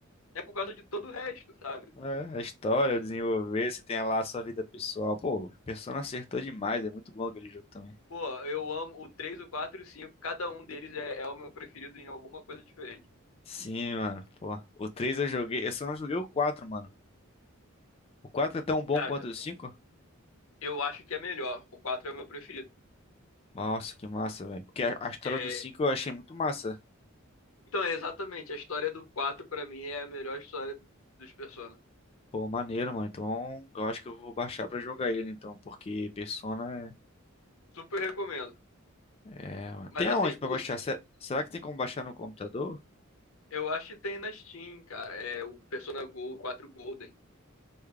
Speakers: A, on the left; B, on the left.
A: É por causa de todo o resto, sabe?
B: É, a história, o desenvolver, você tem lá a sua vida pessoal. Pô, o Persona acertou demais, é muito bom aquele jogo também.
A: Pô, eu amo o três o quatro e o cinco cada um deles é, é o meu preferido em alguma coisa diferente.
B: Sim, mano, pô. O 3 eu joguei, eu só não joguei o quatro mano. O 4 é tão bom
A: Cara,
B: quanto
A: eu
B: o cinco
A: eu acho que é melhor. O 4 é o meu preferido.
B: Nossa, que massa, velho. Porque a, a história
A: É,
B: do 5 eu achei muito massa.
A: Então, é exatamente, a história do 4 pra mim é a melhor história dos Persona.
B: Pô, maneiro, mano. Então, eu acho que eu vou baixar pra jogar ele, então, porque Persona
A: Super recomendo.
B: é... é, mano.
A: Mas
B: Tem
A: assim,
B: aonde pra
A: o
B: baixar?
A: c-
B: Se- Será que tem como baixar no computador?
A: eu acho que tem na Steam, cara. É o Persona Go quatro Golden.